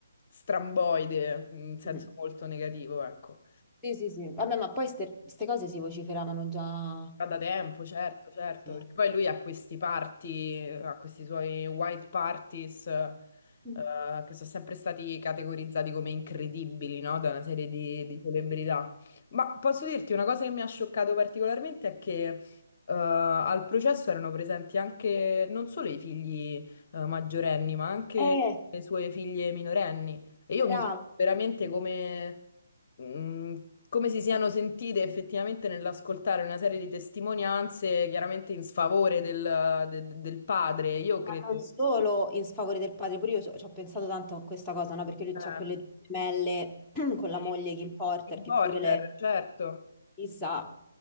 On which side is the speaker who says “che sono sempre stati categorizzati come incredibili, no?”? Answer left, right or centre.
Left